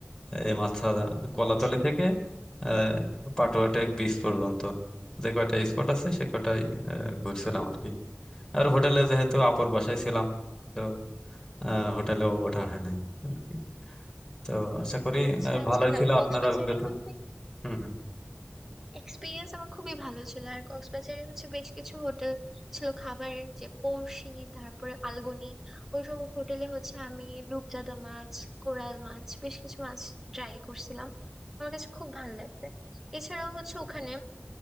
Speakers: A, on the left; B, in the centre.
A: এই মাথা কলাতলি
B: আচ্ছা
A: থেকে আহ, পাটুয়াটেক বিচ পর্যন্ত যে কয়টা স্পট আছে সে কটাই আহ, ঘুরছিলাম আর কি আর হোটেলে যেহেতু আপুর বাসায় ছিলাম তো আহ, হোটেলেও ওঠা হয় নাই আর কি। তো আশা করি
B: আচ্ছা
A: আহ,
B: আচ্ছা,
A: ভালোই
B: না
A: ছিল
B: কক্সবাজারে
A: আপনার অভিজ্ঞতা
B: হচ্ছে
A: হুম হুম
B: এক্সপিরিয়েন্স আমার খুবই ভালো ছিল আর কক্সবাজারে হচ্ছে বেশ কিছু হোটেল ছিল খাবারের যে পড়শি তারপরে আলগনি ওইসব হোটেলে হচ্ছে আমি রূপচাঁদা মাছ কোরাল মাছ বেশ কিছু মাছ ট্রাই করছিলাম আমার কাছে খুব ভালো লাগছে এছাড়াও হচ্ছে ওখানে